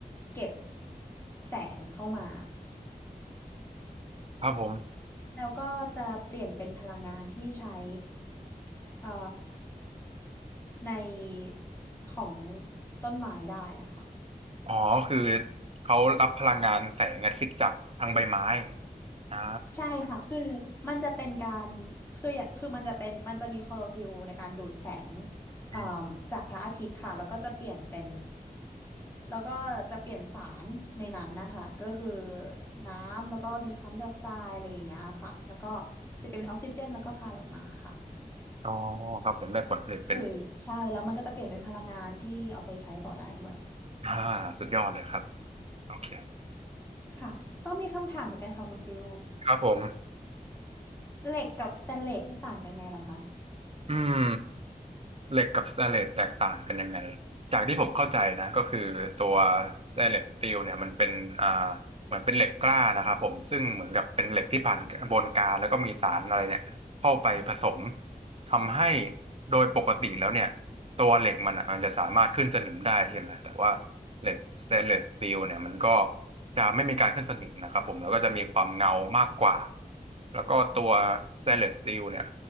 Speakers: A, on the left (about 15°); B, on the right (about 40°).
A: เก็บแสงเข้ามา
B: ครับผม
A: แล้วก็จะเปลี่ยนเป็นพลังงานที่ใช้เอ่อในของต้นไม้ได้อะค่ะ
B: อ๋อคือเขารับพลังงานแสงอาทิตย์จากทางใบไม้อ่า
A: ใช่ค่ะ คือมันจะเป็นการคืออย่างคือมันจะเป็นมันจะมีโคลอฟิลในการดูดแสงเอ่อ
B: อม
A: จากพระอาทิตย์ค่ะ แล้วก็จะเปลี่ยนเป็น แล้วก็จะเปลี่ยนสารในนั้นนะคะ ก็คือน้ำแล้วก็มีคาร์บอนไดออกไซด์อะไรอย่างเงี้ยค่ะ แล้วก็จะเป็นออกซิเจนแล้วก็คายออกมาค่ะ
B: อ๋อครับผมได้ผลผลิตเป็น
A: คือใช่แล้วมันก็จะเปลี่ยนเป็นพลังงานที่เอาไปใช้ต่อได้ด้วย
B: อ่าสุดยอดเลยครับโอเค
A: ค่ะต้องมีคำถามเหมือนกันค่ะคุณฟิล
B: ครับผม
A: เหล็กกับสแตนเลสนี่ต่างกันไงเหรอคะ
B: อืม เหล็กกับสแตนเลสแตกต่างกันยังไงจากที่ผมเข้าใจนะก็คือตัวสแตนเลสสตีลเนี่ยมันเป็นอ่าเหมือนเป็นเหล็กกล้านะครับผมซึ่งเหมือนกับเป็นเหล็กที่ผ่านกระบวนการแล้วก็มีสารอะไรเนี่ยเข้าไปผสมทำให้โดยปกติแล้วเนี่ยตัวเหล็กมันอ่ะมันจะสามารถขึ้นสนิมได้ใช่ไหมแต่ว่าเหล็กสแตนเลสสตีลเนี่ยมันก็จะไม่มีการขึ้นสนิมนะครับผมแล้วก็จะมีความเงามากกว่าแล้วก็ตัวสแตนเลสสตีลเนี่ย